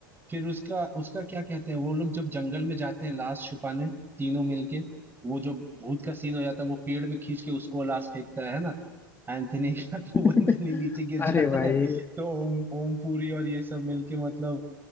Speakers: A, on the right; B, on the left.
A: फिर उसका उसका क्या कहते हैं वो लोग जब जंगल में जाते हैं लाश छुपाने तीनों मिलके वो जो भूत का सीन हो जाता है वो पेड़ में खींच के उसको लाश फेंकता है है ना एंथनी का <laughs> तो
B: <laughs>
A: वो एंथनी नीचे गिर जाता
B: अरे भाई
A: है तो ओम ओम पुरी और ये सब मिलके मतलब